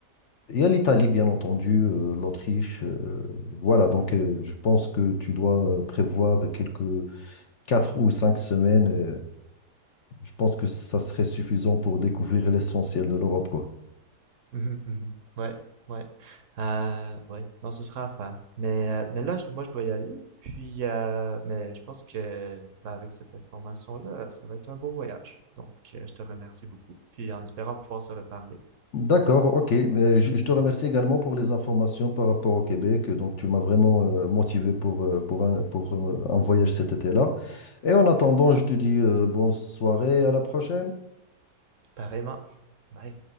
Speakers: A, on the left; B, on the right.
A: Il y a l'Italie, bien entendu, euh, l'Autriche. euh, voilà, donc euh, je pense que tu dois euh, prévoir quelques quatre ou cinq semaines euh, je pense que ça serait suffisant pour découvrir l'essentiel de l'Europe, quoi.
B: Mhm, mhm. Ouais, ouais. Euh, ouais, non, ce sera à faire. Mais, euh, mais là, moi, je dois y aller. Puis, euh, mais je pense que ben, avec cette information-là, ça va être un beau voyage. Donc, euh, je te remercie beaucoup. Puis, en espérant pouvoir se reparler.
A: D'accord, ok. Euh, Je je te remercie également pour les informations par rapport au Québec. Donc, tu m'as vraiment euh, motivé pour, euh, pour, un, pour euh, un voyage cet été-là. Et en attendant, je te dis euh, bonne soirée, à la prochaine.
B: Pareillement. Bye.